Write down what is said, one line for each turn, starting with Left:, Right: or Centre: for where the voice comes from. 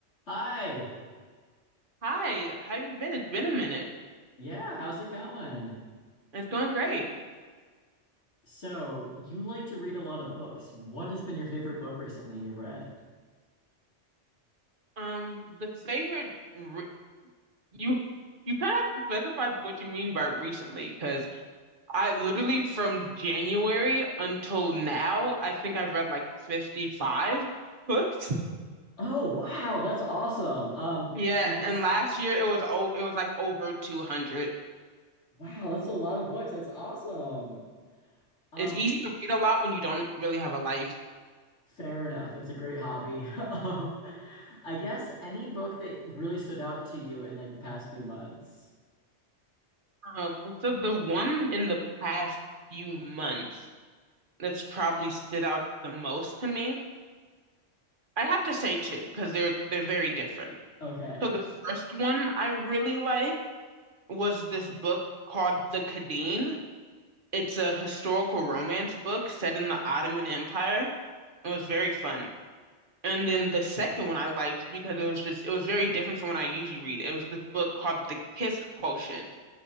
Left: Hi.
Right: Hi, how you been? It's been a minute.
Left: Yeah, how's it going?
Right: It's going great.
Left: So, you like to read a lot of books. What has been your favorite book recently you've read?
Right: Um, the favorite re you you kind of have to specify what you mean by recently, because I literally from January until now, I think I've read like 55 <laughs> books.
Left: Oh, wow, that's awesome. Um,
Right: Yeah,
Left: I guess
Right: and last year it was oh it was like over 200.
Left: wow, that's a lot of books. That's awesome. Um,
Right: It's easy to read a lot when you don't really have a life.
Left: fair enough. It's a great hobby. <laughs> Um, I guess any book that really stood out to you in like the past few months.
Right: Uh, so the one in the past few months that's probably stood out the most to me I have to say two because they're they're very different.
Left: Okay.
Right: So the first one I really liked was this book called The Khedive. It's a historical romance book set in the Ottoman Empire. It was very fun. And then the second one I liked because it was just it was very different from what I usually read. It was this book called The Kiss Quotient.